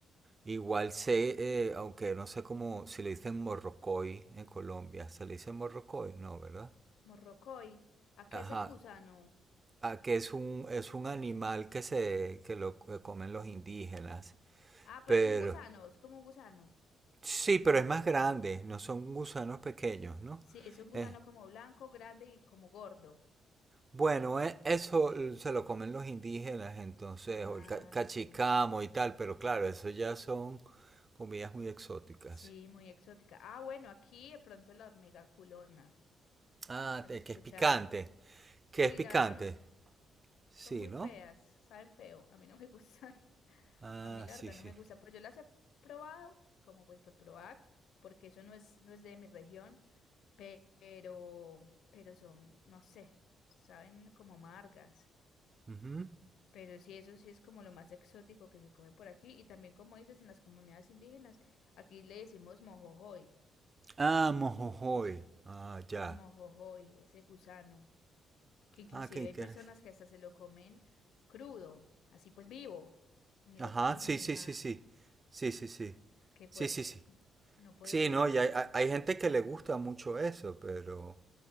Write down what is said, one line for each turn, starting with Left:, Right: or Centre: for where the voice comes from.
Right: Igual sé, eh, aunque no sé cómo, si le dicen morrocoy en Colombia, se le dice morrocoy, no, ¿verdad?
Left: Morrocoy, ¿a qué
Right: Ajá,
Left: es el gusano?
Right: ah, que es un, es un animal que se, que lo que comen los indígenas,
Left: Ah,
Right: pero
Left: pero es un gusano, es como un gusano.
Right: Sí, pero es más grande, no son gusanos pequeños, ¿no?
Left: Sí, es un gusano
Right: Eh,
Left: como blanco, grande y como gordo.
Right: bueno, e- eso eh, se lo comen los indígenas, entonces,
Left: Ah,
Right: o el ca- cachicamo
Left: sí,
Right: y tal, pero claro, eso ya son comidas muy exóticas.
Left: sí, muy exótica. Ah, bueno, aquí de pronto la hormiga culona,
Right: Ah,
Left: ¿has
Right: te-
Left: escuchado?
Right: que es picante, que
Left: Uy,
Right: es picante,
Left: la verdad,
Right: sí,
Left: son muy
Right: ¿no?
Left: feas, saben feo, a mí no me <laughs> gustan.
Right: Ah,
Left: A mí la
Right: sí,
Left: verdad
Right: sí.
Left: no me gusta, pues yo las he probado, como pues por probar, porque eso no es, no es de mi región, pe- pero, pero son, no sé, saben como amargas.
Right: Ujú.
Left: Pero sí, eso sí es como lo más exótico que se come por aquí. Y también, como dices, en las comunidades indígenas, aquí le decimos mojojoy,
Right: Ah, mojojoy. Ah, ya.
Left: el mojojoy, ese gusano, que inclusive
Right: Ah, qué interesante.
Left: hay personas que hasta se lo comen crudo, así pues vivo, ni
Right: Ajá,
Left: lo cocinan
Right: sí,
Left: ni
Right: sí,
Left: nada.
Right: sí, sí. Sí, sí, sí.
Left: Qué fuerte.
Right: Sí, sí, sí.
Left: No podría,
Right: Sí, no,
Left: la
Right: y
Left: verdad.
Right: hay, hay- hay gente que le gusta mucho eso, pero...